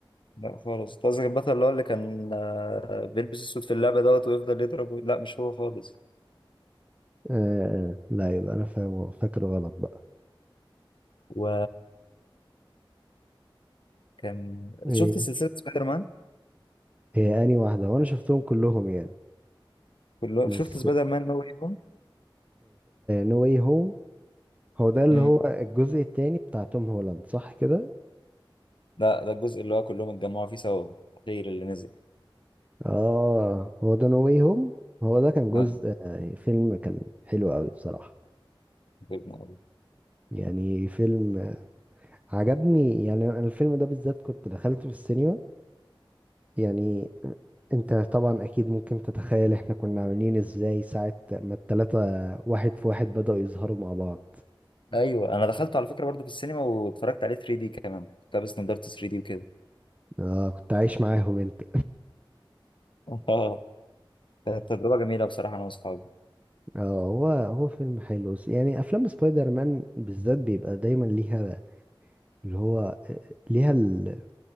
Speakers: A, on the left (about 65°); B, on the right (about 15°).
A: لا خالص أنت قصدك البطل اللي هو اللي كان آه، بيلبس اسود في اللعبة دوت ويفضل يضرب و- لا مش هو خالص
B: آه آه، لا يبقى أنا فاهم فاكر غلط بقى
A: و كان
B: إيه
A: شفت سلسلة سبايدر مان
B: هي أنهي واحدة وأنا شفتهم كلهم يعني
A: كله
B: بس
A: شفت سبايدر مان نو واي هوم
B: نو واي هوم هو ده اللي
A: امم
B: هو الجزء التاني بتاع توم هولاند صح كده
A: لا ده الجزء اللي هو كلهم اتجمعوا فيه سوا الأخير اللي نزل
B: اه هو ده نو واي هوم هو ده كان جزء
A: آه.
B: آه، فيلم كان حلو قوي بصراحة
A: جبنا أوي.
B: يعني فيلم آه، عجبني يعني انا الفيلم ده بالذات كنت دخلته في السينما يعني انت طبعا اكيد ممكن تتخيل احنا كنا عاملين ازاي ساعة ما التلاتة واحد في واحد بدأوا يظهروا مع بعض
A: ايوه انا دخلته على فكرة برضه في السينما واتفرجت عليه 3 دي كمان كنت لابس نضارة 3 دي وكده
B: اه كنت عايش معاهم انت
A: اه كانت تجربة جميلة بصراحة انا واصحابي
B: اه هو هو فيلم حلو س- يعني افلام سبايدر مان بالذات بيبقى دايما ليها اللي هو ليها ال...